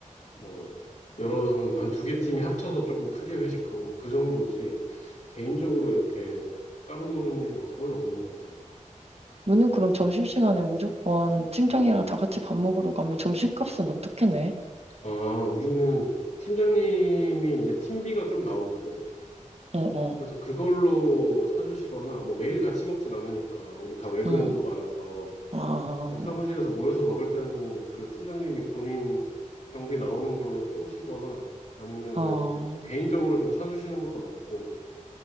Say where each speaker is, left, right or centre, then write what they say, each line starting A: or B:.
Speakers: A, on the left (about 70°); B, on the right (about 50°).
A: 뭐 여러 한 두 개 팀이 합쳐서 조금 크게 회식하고 뭐 그 정도지 개인적으로 이렇게 따로 노는 일은 거의 없는 것 같아.
B: 너는 그럼 점심시간에 무조건 팀장이랑
A: 음.
B: 다 같이 밥 먹으러 가면 점심값은 어떻게 내?
A: 아, 우리는 팀장님이 이제 팀비가 좀 나오거든.
B: 어, 어,
A: 그래서 그걸로 사주시거나 뭐 매일 같이 먹진 않으니까 우리 다 외근도
B: 응.
A: 많아서
B: 아,
A: 그래서 사무실에서 모여서 먹을 때는 그 팀장님이 본인 경비 나오는 걸로 쏘시거나 아니면은
B: 아.
A: 뭐 개인적으로 좀 사주시는 것도 많고,